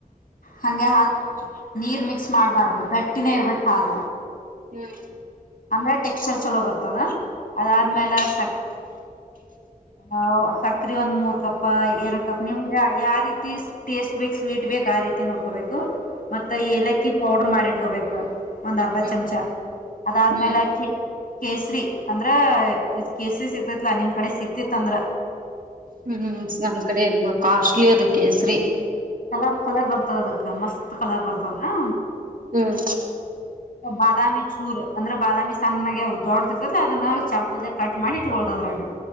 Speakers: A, on the left; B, on the right.
A: ಹಂಗೆ ಹಾಲ್ ನೀರ್ ಮಿಕ್ಸ್ ಮಾಡಬಾರ್ದು ಗಟ್ಟಿನೇ ಇರ್ಬೇಕು ಹಾಲ.
B: ಹ್ಮ್
A: ಅಂದ್ರೆ ಟೆಕ್ಸ್ಚರ್ ಚಲೋ ಬರ್ತದ ಅದಾದ್ಮೇಲೆ
B: ಹ್ಮ್ ಹ್ಮ್
A: ಸ ಆ ಸಕ್ರಿ ಒಂದ್ ಮೂರ್ ಕಪ್ಪ ಎರಡ್ ಕಪ್ ನಿಮ್ಗೆ ಆತ ಯಾವ ರೀತಿ ಟೇಸ್ಟ್ ಬೇಕ್ ಸ್ವೀಟ್ ಬೇಕ್ ಆ ರೀತಿ ನೋಡ್ಕೋಬೇಕು ಮತ್ತ ಏಲಕ್ಕಿ ಪೌಡರ್ ಮಾಡಿ ಇಟ್ಕೋಬೇ ಬೇಕ್ ಒಂದ್ ಅರ್ಧ
B: ಹ್ಮ್
A: ಚಮಚ ಅದಾದ್ಮೇಲೆ
B: ಹ್ಮ್
A: ಅಕ್ಕಿ ಕೇಸರಿ ಅಂದ್ರೆ ಕೇಸರಿ ಸಿಗ್ತತ್ಲ ನಿಮ್ಮ ಕಡೆ ಸಿಗ್ತಿತ್ತಂದ್ರ.
B: ಹ್ಮ್ ನಮ ಕಡೆ ಎಲ್ ಕಾಸ್ಟ್ಲಿ ಅದ ಕೇಸರಿ.
A: ಕಲರ್ ಕಲರ್ ಬರ್ತದ ಅದಕ್ಕೆ ಮಸ್ತ್ ಕಲರ್ ಬರ್ತದಲಾ.
B: ಹ್ಮ್
A: ಬಾದಾಮಿ ಚೂರು ಅಂದ್ರೆ ಬಾದಾಮಿ ಸಣ್ಣಗೆ ದೊಡ್ಡದ್ ಇರ್ತೈತ್ಲ ಅದನ್ನ ಚಾಕೂದಲೆೇ ಕಟ್ ಮಾಡಿ ಇಟ್ಟಕೊಳ್ಳುದ್ ಅದರಾಗ.